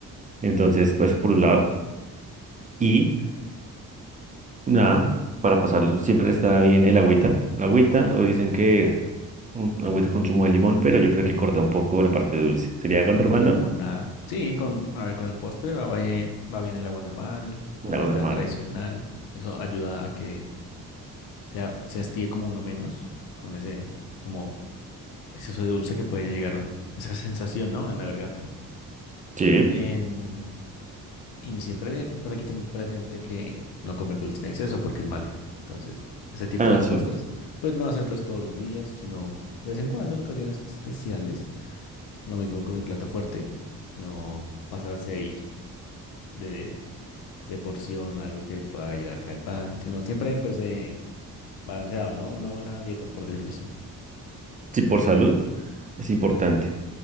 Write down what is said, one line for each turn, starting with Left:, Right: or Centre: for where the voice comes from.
Right: Entonces, pues, eso por un lado. Y Nada, para pasarlo siempre está bien el agüita. La agüita, o dicen que un, agüita con zumo de limón, pero yo creo que corta un poco la parte dulce. ¿Sería agua
Left: una
Right: normal,
Left: limonada.
Right: no?
Left: Sí, con, a ver, con el postre va, bien, va bien el agua normal, agüita
Right: Un Agua normal.
Left: tradicional. Eso ayuda a que sea, se hastíe como uno menos con ese como exceso de dulce que puede llegar esa sensación, ¿no? En la garganta.
Right: Sí.
Left: Em, Y siempre pues hay que tener presente que no comer dulce en exceso porque es malo. Entonces, ese tipo
Right: Ah, no,
Left: de
Right: sí.
Left: postres, pues no hacerlos todos los días, sino de vez en cuando, en ocasiones especiales. Lo mismo con el plato fuerte, no pasarse ahí de, de porción o algo que pueda llegar a caer mal, sino siempre pues eh, balanceado, ¿no? Una buena dieta, por decirlo así.
Right: Sí, por salud es importante.